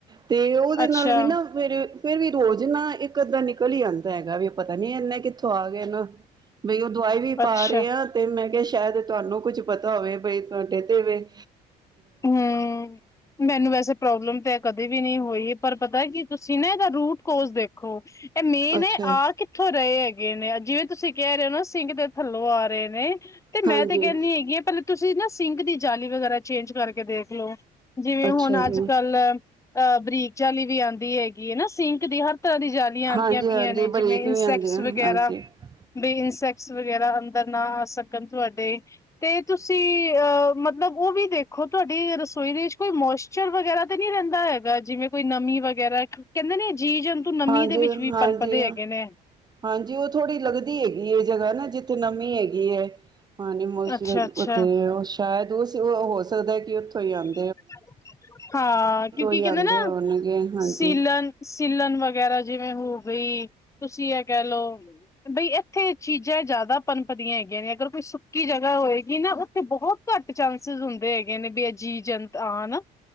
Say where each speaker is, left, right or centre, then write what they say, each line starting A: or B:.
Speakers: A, on the right (about 25°); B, on the left (about 20°).
A: ਤੇ ਉਹਦੇ
B: ਅੱਛਾ
A: ਨਾਲ ਵੀ ਨਾ ਫੇਿਰ ਫੇਰ ਵੀ ਰੋਜ਼ ਨਾ ਇੱਕ ਅੱਧਾ ਨਿਕਲ ਹੀ ਆਦਾ ਹੈਗਾ ਵੀ ਪਤਾ ਨੀ ਇਨੇ ਕਿੱਥੋਂ ਆ ਗ ਨਾ ਬਈ ਉਹ ਦਵਾਈ ਵੀ
B: ਅੱਛਾ
A: ਪਾ ਰਹੇ ਹਾਂ ਤੇ ਮੈਂ ਕਿਹਾ ਤੇ ਤੁਹਾਨੂੰ ਕੁੱਛ ਪਤਾ ਹੋਵੇ ਬਈ ਤੁਹਾਡੇ ਤੇਵੇ
B: ਹਮ ਮੈਨੂੰ ਵੈਸੇ ਪ੍ਰੋਬਲਮ ਤੇ ਕਦੇ ਵੀ ਨਹੀਂ ਹੋਈ ਪਰ ਪਤਾ ਕੀ ਤੁਸੀਂ ਨਾ ਇਹਦਾ ਰੂਟ ਕੋਜ਼ ਦੇਖੋ ਇਹ ਮੇਨ
A: ਅੱਛਾ
B: ਹੈ ਆਹ ਕਿੱਥੋਂ ਰਹੇ ਹੈਗੇ ਨੇ ਜਿਵੇਂ ਤੁਸੀਂ ਕਹਿ ਰਹੇ ਹੋ ਨਾ ਸਿੰਕ ਦੇ ਥੱਲੋਂ ਆ ਰਹੇ ਨੇ ਤੇ
A: ਹਾਂਜੀ
B: ਮੈਂ ਤੇ ਕਹਿੰਦੀ ਹੈਗੀ ਆ ਪਹਿਲਾਂ ਤੁਸੀਂ ਨਾ ਸਿੰਕ ਦੀ ਜਾਲੀ ਵਗੈਰਾ ਚੇਂਜ ਕਰਕੇ ਕੇ ਦੇਖਲੋ ਜਿਵੇਂ
A: ਅੱਛਾ
B: ਹੁਣ
A: ਜੀ।
B: ਅੱਜ ਕੱਲ ਅਹ ਬਰੀਕ ਜਾਲੀ ਵੀ ਆਉਂਦੀ ਹੈਗੀ ਹੈ ਨਾ ਸਿੰਕ ਦੀ ਹਰ ਤਰ੍ਹਾਂ ਦੀ ਜਾਲੀਆਂ ਆਉਂਦੀਆਂ
A: ਹਾਂਜੀ-ਹਾਂਜੀ
B: ਪਈਆਂ ਨੇ
A: ਬਰੀਕ
B: ਜਿਵੇਂ ਇਨਸੈਕਟਸ
A: ਵੀ ਆਂਦੇ ਆ
B: ਵਗੈਰਾ
A: ਹਾਂਜੀ-ਹਾਂਜੀ।
B: ਬੇਇਨਸੈਕਟ ਸ ਵਗੈਰਾ ਅੰਦਰ ਨਾ ਆ ਸਕਣ ਤੁਆਡੇ ਤੇ ਤੁਸੀਂ ਅਹ ਮਤਲਬ ਉਹ ਵੀ ਦੇਖੋ ਦੇਖੋ ਤੁਹਾਡੀ ਰਸੋਈ ਦੇ ਵਿੱਚ ਕੋਈ ਮੋਸਚਰ ਵਗੈਰਾ ਤਾਂ ਨ੍ਹੀਂ ਰਹਿੰਦਾ ਹੈਗਾ ਜਿਵੇਂ ਕੋਈ ਨਮੀ ਵਗੈਰਾ ਕਹਿੰਦੇ ਨੇ ਜੀ ਜੰਤੂ ਨਮੀ
A: ਹਾਂਜੀ-ਹਾਂਜੀ
B: ਦੇ ਵਿੱਚ ਵੀ ਪਨਪਦੇ ਹੈਗੇ ਨੇ
A: ਹਾਂਜੀ ਉਹ ਥੋੜ੍ਹੀ ਲੱਗਦੀ ਹੈਗੀ ਇਹ ਜਗ੍ਹਾ ਨਾ ਜਿੱਥੇ ਨਮੀ ਹੈਗੀ ਐ। ਪਾਣੀ ਮੋਸਚਰਾਇਜ
B: ਅੱਛਾ ਅੱਛਾ
A: ਉੱਥੇ ਆੱਛ ਸ਼ਾਇਦ ਉਸ ਹੋ ਸਕਦਾ ਕਿ ਉੱਥੋਂ ਹੀ ਆਉਣ
B: <inaudible> ਹਾਂ ਕਿਉਂਕਿ
A: ਹੀ
B: ਕਹਿੰਦੇ
A: ਆਉਂਦੇ
B: ਨਾ
A: ਹੋਣਗੇ ਹਾਂਜੀ
B: ਸੀਲਣ ਸੀਲਣ ਵਗੈਰਾ ਜਿਵੇਂ ਹੋ ਵਈ ਤੁਸੀਂ ਇਹ ਕਹਿ ਲੋ ਬਈ ਇ ਇੱਥੇ ਚੀਜ਼ਾਂ ਜ਼ਿਆਦਾ ਪਨਪਦੀਆਂ ਹੈਗੀਆਂ ਨੇ ਅਗਰ ਕੋਈ ਸੁ ਕੀ ਜਗ੍ਹਾ ਹੋਏਗੀ ਨਾ ਉੱਥੇ ਬਹੁਤ ਘੱਟ ਚਾਂਸਿਸ ਹੁੰਦੇ ਹੈਗੇ ਨੇ ਵੀ ਬੀਏ ਜੀ ਜਨ ਆਨ